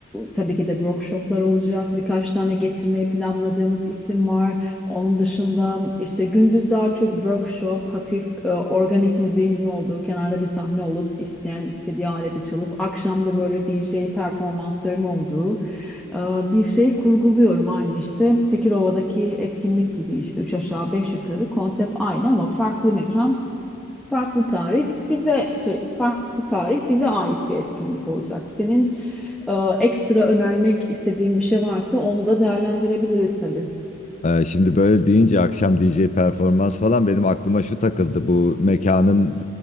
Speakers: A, in the centre; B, on the left (about 35°).
A: tabii ki de workshoplar olacak. Birkaç tane getirmeyi planladığımız isim var. Onun dışında işte gündüz daha çok workshop, hafif e, organik müziğin olduğu kenarda bir sahne olup isteyen istediği aleti çalıp akşam da böyle DJ performansların olduğu e, bir şey kurguluyorum aynı işte Tekirova'daki etkinlik gibi işte üç aşağı beş yukarı konsept aynı ama farklı mekan farklı tarif bize şey farklı tarih bize ait bir etkinlik olacak. Senin e, ekstra önermek istediğin bir şey varsa onu da değerlendirebiliriz tabii.
B: Ee, şimdi böyle deyince akşam DJ performans falan benim aklıma şu takıldı. Bu mekanın